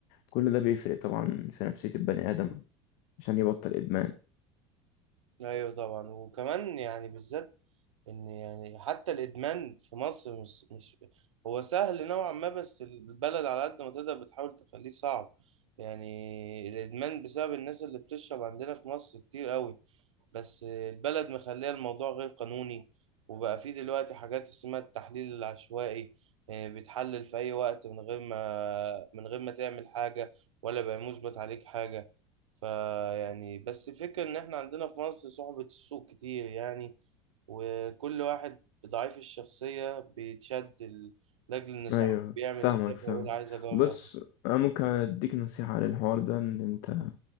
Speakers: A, on the left; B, on the right.
A: كل ده بيفرق طبعا في نفسية البني آدم عشان يبطل إدمان
B: أيوه طبعا وكمان يعني بالذات إن يعني حتى الإدمان في مصر مش مش هو سهل نوعا ما بس البلد على قد ما تقدر بتحاول تخليه صعب يعني الإدمان بسبب الناس اللي بتشرب عندنا في مصر كتير قوي بس البلد مخليه الموضوع غير قانوني وبقى فيه دلوقتي حاجات اسمها التحليل العشوائي آه، بتحلل في أي وقت من غير ما من غير ما تعمل حاجة ولا بقى مثبت عليك حاجة فيعني بس الفكرة إن إحنا عندنا في مصر صعوبة السوق كتير يعني وكل واحد ضعيف الشخصية بيتشد ال- لأجل إن صاحبه
A: أيوه
B: بيعمل
A: فاهمك
B: كده
A: فاهمك
B: فيقول عايز أجرب
A: بص أنا ممكن أديك نصيحة على الحوار ده إن أنت